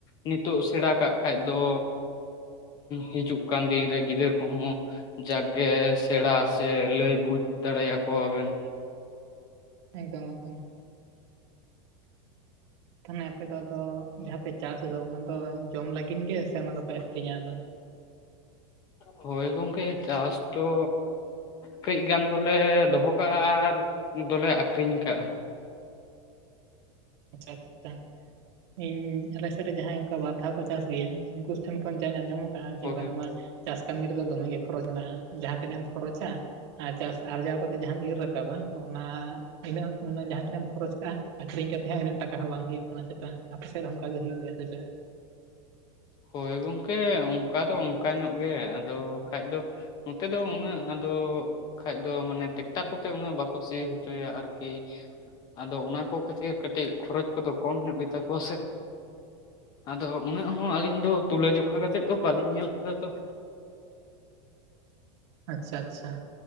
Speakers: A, on the left; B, on the right.
A: ᱱᱤᱛᱚᱜ ᱥᱮᱬᱟ ᱠᱟᱜ ᱠᱷᱟᱡ ᱫᱚ ᱦᱤᱡᱩᱜ ᱠᱟᱱ ᱫᱤᱱ ᱨᱮ ᱜᱤᱫᱟᱹᱨ ᱠᱚᱦᱚᱸ ᱡᱟᱜᱽ ᱜᱮ ᱥᱮᱬᱟ ᱥᱮ ᱞᱟᱹᱭ ᱵᱩᱡᱽ ᱫᱟᱲᱮᱭᱟ ᱠᱚᱣᱟ ᱵᱮᱱ᱾
B: ᱮᱠᱫᱚᱢ ᱮᱠᱫᱚᱢ᱾ ᱛᱟᱦᱚᱱᱮ ᱟᱯᱮ ᱫᱚ ᱟᱫᱚ ᱡᱟᱦᱟᱸ ᱯᱮ ᱪᱟᱥ ᱮᱫᱟ, ᱚᱱᱟ ᱫᱚ ᱡᱚᱢ ᱞᱟᱹᱜᱤᱫ ᱜᱮ ᱥᱮ ᱚᱱᱟ ᱫᱚᱯᱮ ᱟᱠᱷᱨᱤᱧᱟ ᱟᱫᱚ?
A: ᱦᱳᱭ ᱜᱚᱝᱠᱮ ᱪᱟᱥ ᱫᱚ ᱠᱟᱹᱡ ᱜᱟᱱ ᱫᱚᱞᱮ ᱫᱚᱦᱚ ᱠᱟᱜᱼᱟ, ᱟᱨ ᱫᱚᱞᱮ ᱟᱠᱷᱨᱤᱧ ᱠᱟᱜᱼᱟ᱾
B: <inaudible> ᱤᱧ ᱟᱞᱮ ᱥᱮᱫ ᱨᱮ ᱡᱟᱦᱟᱸᱭ ᱚᱝᱠᱟ ᱵᱟᱨ ᱫᱷᱟᱣ ᱠᱚ ᱪᱟᱥ ᱜᱮᱭᱟ, ᱩᱝᱠᱩ ᱴᱷᱮᱱ ᱠᱷᱚᱱ ᱡᱟᱧ ᱟᱸᱡᱚᱢ ᱠᱟᱜ-ᱟ ᱡᱮ
A: ᱦᱳᱭ
B: ᱵᱟᱝᱢᱟ ᱪᱟᱥ ᱠᱟᱹᱢᱤ ᱨᱮᱫᱚ ᱫᱚᱢᱮ ᱜᱮ ᱠᱷᱚᱨᱚᱪ ᱢᱮᱱᱟᱜᱼᱟ᱾ ᱡᱟᱦᱟᱸ ᱛᱤᱱᱟᱹᱜ ᱮᱢ ᱠᱷᱚᱨᱚᱪᱟ ᱟᱨ ᱪᱟᱥ ᱟᱨᱡᱟᱣ ᱠᱟᱛᱮᱜ ᱡᱟᱦᱟᱸᱢ ᱤᱨ ᱨᱟᱠᱟᱵᱟ ᱚᱱᱟ ᱤᱱᱟᱹᱜ ᱩᱱ ᱡᱟᱦᱟᱸ ᱛᱤᱱᱟᱹᱜ ᱮᱢ ᱠᱷᱚᱨᱚᱪ ᱠᱟᱜᱼᱟ ᱟᱹᱠᱷᱨᱤᱧ ᱠᱟ ᱛᱮᱦᱚᱸ ᱤᱱᱟᱹᱜ ᱴᱟᱠᱟ ᱦᱚᱸ ᱵᱟᱝ ᱦᱩᱭᱩᱜ ᱠᱟᱱᱟ ᱪᱮᱛᱟ ᱟᱯᱮ ᱥᱮᱫ ᱨᱮ ᱦᱚᱸ ᱚᱱᱠᱟ ᱜᱮ ᱦᱩᱭᱩᱜ ᱜᱮᱭᱟ ᱥᱮ ᱪᱮᱫ?
A: ᱦᱳᱭ, ᱜᱚᱝᱠᱮ ᱚᱱᱠᱟ ᱫᱚ ᱚᱱᱠᱟ ᱧᱚᱜ ᱜᱮ, ᱟᱫᱚ ᱠᱷᱟᱡ ᱫᱚ ᱱᱚᱛᱮ ᱫᱚ ᱩᱱᱟᱹᱜ ᱟᱫᱚ ᱠᱷᱟᱡ ᱫᱚ ᱢᱟᱱᱮ ᱴᱮᱠᱴᱟᱨ ᱠᱚᱛᱮ ᱩᱱᱟᱹᱜ ᱵᱟᱠᱚ ᱥᱤ ᱦᱚᱪᱚᱭᱟ ᱟᱨᱠᱤ᱾ ᱟᱫᱚ ᱚᱱᱟ ᱠᱚ ᱠᱷᱟᱹᱛᱤᱨ ᱠᱟᱹᱴᱤᱡ ᱠᱷᱚᱨᱚᱪ ᱠᱚᱫᱚ ᱠᱚᱢ ᱧᱚᱜ ᱜᱮᱛᱟ ᱠᱚᱣᱟ ᱥᱮ᱾ ᱟᱫᱚ ᱩᱱᱟᱹᱜ ᱦᱚᱸ ᱟᱹᱞᱤᱧ ᱟᱫᱚ ᱛᱩᱞᱟᱹ ᱡᱚᱠᱷᱟ ᱠᱟᱛᱮᱜ ᱛᱚ ᱵᱟᱹᱞᱤᱧ ᱧᱮᱞ ᱠᱮᱫᱟ ᱛᱚ ᱾
B: ᱟᱪᱪᱷᱟ ᱟᱪᱪᱷᱟ,